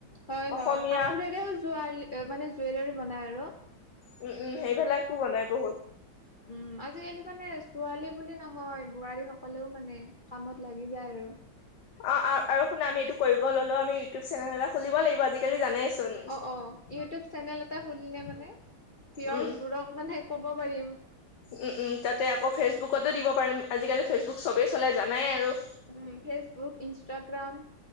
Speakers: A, on the left; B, on the left.
A: হয়
B: অসমীয়া
A: হয়, কাপোৰেৰেও জুৱা মানে জুৱেলাৰি বনাই আৰু।
B: উম' উম' সেইবিলাকো বনাই বহুত।
A: উম', আজিকালি মানে ছোৱালী বুলি নহয়, বোৱাৰীসকলেও মানে কামত লাগি যায় আৰু।
B: অঁ অঁ আৰু শুনা আমি এইটো কৰিব ললো আমি ইউটিউব চেনেল এটা খুলিব লাগিব আজি- কালি জানাই চোন।
A: অঁ অঁ ইউটিউব চেনেল এটা খুলিলে মানে, ভিউৱাচবোৰক
B: উম উম
A: মানে ক'ব পাৰিম।
B: উম' উম' তাতে আকৌ ফেচবুকতো দিব পাৰিম আজিকালি ফেচবুক চবেই চলাই জানাই আৰু।
A: উম' ফেচবুক ইনষ্টাগ্ৰাম।